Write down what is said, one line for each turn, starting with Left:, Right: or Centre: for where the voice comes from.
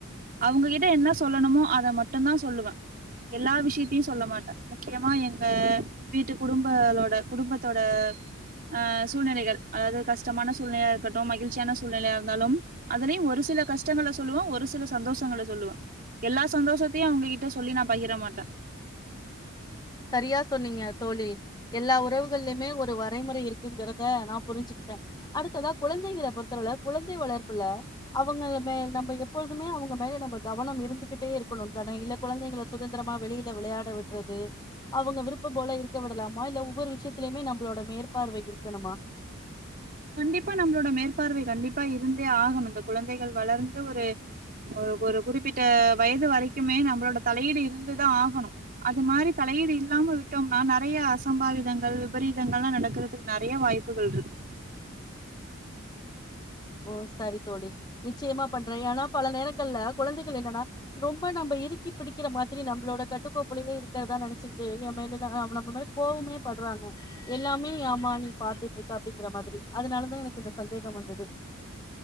Right: அவங்ககிட்ட என்ன சொல்லணுமோ அத மட்டு தா சொல்லுவே எல்லா விஷயத்தையு சொல்ல மாட்டே முக்கியமா எங்க வீட்டு குடும்பளோட குடும்பத்தோட ஆ சூழ்நிலைகள் அதாது கஷ்டமான சூழ்நிலையா இருக்கட்டும் மகிழ்ச்சியான சூழ்நிலையா இருந்தாலு அதுலயு ஒரு சில கஷ்டங்கள சொல்லுவோ ஒரு சில சந்தோஷங்கள சொல்லுவே எல்லா சந்தோஷத்தையு அவங்ககிட்ட சொல்லி நா பகிர மாட்டே
Left: சரியா சொன்னீங்க தோளி எல்லா உறவுகள்யுமே ஒரு வ றைமுறை இருக்குங்கறத நா புரிஞ்சுகிட்டே அடுத்ததா குழந்தைகள பொறுத்தளவுல குழந்தை வளர்ப்புல அவங்க மே நம்ப எப்பொழுதுமே அவங்க மேல நம்ப கவனம் இருந்துகிட்டே இருக்கணு தானே இல்ல குழந்தைங்கள சுதந்திரமா வெளியில விளயாட விட்றது அவங்க விருப்பம் போல இருக்க விடலாமா இல்ல ஒவ்வொரு விஷயத்துலயுமே நம்பளோட மேற்பார்வை இருக்கணுமா
Right: கண்டிப்பா நம்பளோட மேற்பார்வை கண்டிப்பா இருந்தே ஆகணு இந்த குழந்தைகள் வளர்ந்து ஒரு ஒரு ஒரு குறிப்பிட்ட வயது வரைக்குமே நம்பளோட தலையீடு இருந்துதா ஆகணு அது மாரி தலையீடு இல்லாம விட்டோம்னா நறையா அசம்பாவிதங்கள் விபரீதங்கள்லா நடக்கறதுக்கு நறையா வாய்ப்புகள் இருக்கு
Left: ஓ சரி தோளி நிச்சயமா பண்றே ஏனா பல நேரங்கள்ல குழந்தைகள் என்னன்னா ரொம்ப நம்ப இருக்கி பிடிக்கிற மாதிரி நம்பளோட கட்டுக்கோப்புலயே இருக்கறதா நெனச்சுக்கிட்டு ஏ மேலலா நம்ப மேல கோவமே படுறாங்க எல்லாமே ஆமா நீ பாத்துட்ருக்க அப்டிங்கிற மாதிரி அதனாலதா எனக்கு இந்த சந்தேகம் வந்தது